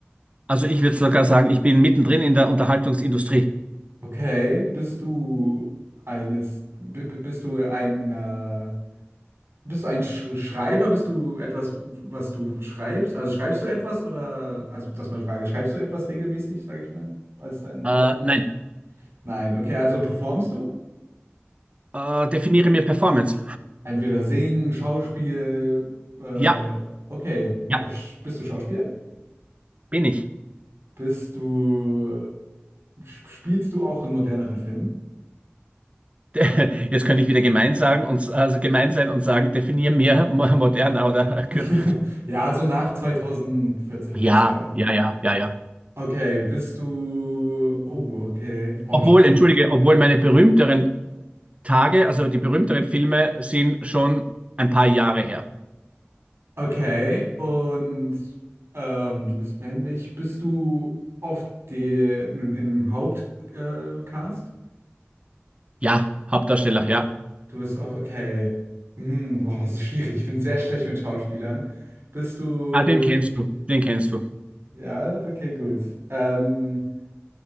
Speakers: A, on the right; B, on the right.
A: Also ich würde sogar sagen, ich bin mittendrin in der Unterhaltungsindustrie.
B: Okay, bist du eines, b- b- bist du ein, äh, bist du ein Sch Schreiber? Bist du etwas, was du schreibst? Also schreibst du etwas oder, also das ist meine Frage, schreibst du etwas regelmäßig, sage ich mal, als deinen
A: Äh,
B: Hauptberuf?
A: nein,
B: Nein, okay, also performst du?
A: äh, definiere mir Performance.
B: Entweder singen, Schauspiel, äh,
A: Ja,
B: okay. Ma-
A: ja,
B: sch- Bist du Schauspieler?
A: bin ich.
B: Bist du, sp- spielst du auch in moderneren Filmen?
A: De- <laughs> Jetzt könnte ich wieder gemein sagen und also gemein sein und sagen, definiere mir mo- moderner oder kürzer.
B: <laughs> Ja, so nach 2014
A: Ja,
B: würde ich sagen.
A: ja, ja, ja, ja.
B: Okay, bist du, oh, okay. Boah,
A: Obwohl,
B: Schauspiel,
A: entschuldige, obwohl meine berühmteren Tage, also die berühmteren Filme sind schon ein paar Jahre her.
B: okay. Und ähm, du bist männlich. Bist du oft die, in, in einem Hauptcast? Äh, Cast?
A: Ja, Hauptdarsteller, ja.
B: Du bist auch okay. Hm, boah, das ist schwierig. Ich bin sehr schlecht mit Schauspielern. Bist du.
A: Ah, den kennst du, den kennst du.
B: Ja, okay, gut. Ähm,